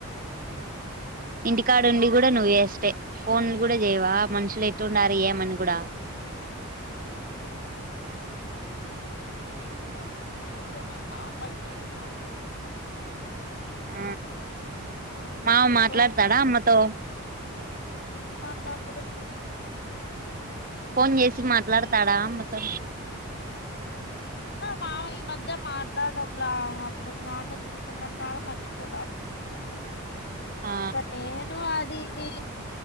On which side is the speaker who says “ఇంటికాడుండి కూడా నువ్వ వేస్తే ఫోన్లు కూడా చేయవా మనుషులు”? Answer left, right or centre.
Right